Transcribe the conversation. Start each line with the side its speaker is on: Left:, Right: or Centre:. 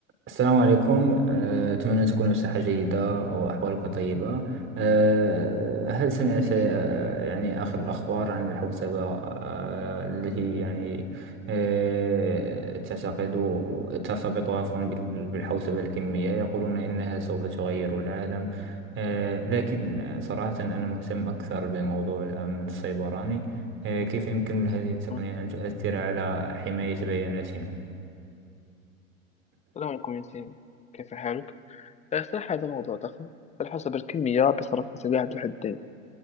Right: السلام عليكم أه، أتمنى تكون بصحة جيدة أو أحوالك طيبة أه، هل سمعت
Left: ماشي.
Right: أه، يعني آخر الأخبار عن الحوسبة أه، التي يعني أه، تعتقد ترتبط عفوا بال- بالحوسبة الكمية يقولون إنها سوف تغير العالم أه، لكن صراحة أنا مهتم أكثر بموضوع الأمن السيبراني أه، كيف يمكن لهذه التقنية
Left: مم.
Right: أن تؤثر على حماية بياناتنا؟
Left: السلام عليكم ياسين كيف حالك؟ آه، صراحة هذا موضوع ضخم فالحسب الكمية بصرف سلاح ذو حدين